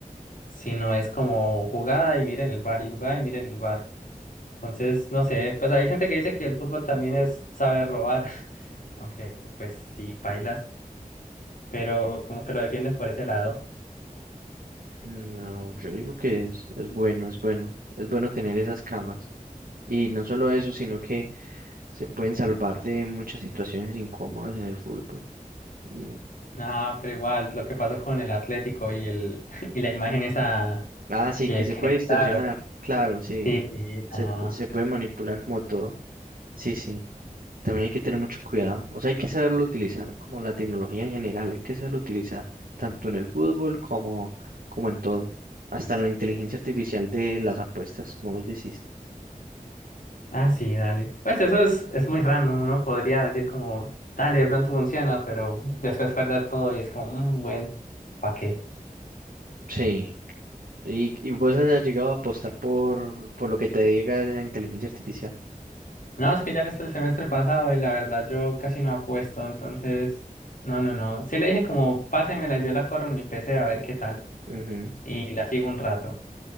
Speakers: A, on the left; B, on the right.
A: sino es como jugada y miren el bar y jugada y miren el bar. Entonces, no sé, pues hay gente que dice que el fútbol también es saber robar, <laughs> aunque pues sí, pailas pero como que lo defienden por ese lado.
B: No, yo digo que es, es bueno, es bueno. Es bueno tener esas cámaras. Y no solo eso, sino que se pueden salvar de muchas situaciones incómodas en el fútbol. Mm.
A: Ah, pero igual, lo que pasó con el Atlético y el <laughs> y la imagen esa
B: Ah, sí,
A: que,
B: que se
A: que
B: puede
A: editaron.
B: distorsionar, claro, sí.
A: Sí, sí,
B: Se,
A: no.
B: se puede manipular como todo. Sí, sí. También hay que tener mucho cuidado. O sea, hay que saberlo utilizar, como la tecnología en general, hay que saberlo utilizar, tanto en el fútbol como, como en todo. Hasta en la inteligencia artificial de las apuestas, como vos decís.
A: Ah, sí, dale. Pues eso es, es muy random, uno podría decir como, dale, de pronto funciona, pero después perder todo y es como, "Mm, bueno, ¿para qué?
B: Sí. Y, y vos has llegado a apostar por, por lo que te diga esa inteligencia artificial.
A: No, es que ya desde el semestre pasado y la verdad yo casi no apuesto, entonces, no, no, no. Sí le dije como, pásemela, yo la corro en mi PC a ver qué tal
B: Ujú,
A: y la sigo un rato,